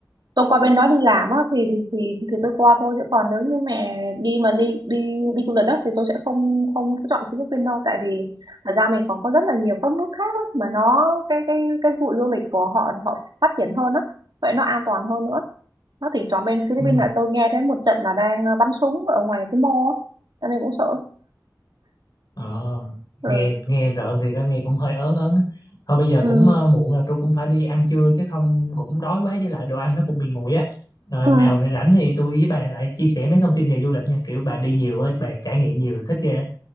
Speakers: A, on the right (about 75°); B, on the left (about 60°).
A: tôi qua bên đó đi làm á thì thì thì tôi qua thôi chứ còn nếu như mà đi mà đi đi đi du lịch đó thì tôi sẽ không không chọn Philippines đâu tại vì thật ra mình còn có rất là nhiều các nước khác á, mà nó cái cái cái vụ du lịch của họ họ phát triển hơn á vậy nó an toàn hơn nữa nó thì chọn bên Philippines
B: Ừ.
A: là tôi nghe thấy một trận là đang bắn súng ở ngoài cái mall á cho nên cũng sợ
B: Ờ,
A: ừ.
B: nghe nghe rợn thì có nghe cũng hơi ớn ớn á. thôi bây giờ
A: Ừ.
B: cũng ờ, muộn rồi tôi cũng phải đi ăn trưa chứ không cũng đói quá với lại đồ ăn nó cũng bị nguội á rồi
A: Ừ.
B: nào rồi rảnh thì tôi với bà lại chia sẻ mấy thông tin về du lịch nha kiểu bà đi nhiều á bà trải nghiệm nhiều thích ghê